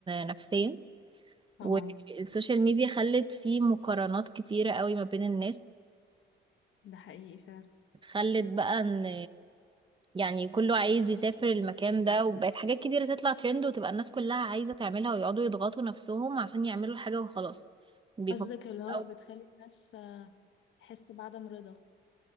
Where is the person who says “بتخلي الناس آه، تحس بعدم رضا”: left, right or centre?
Left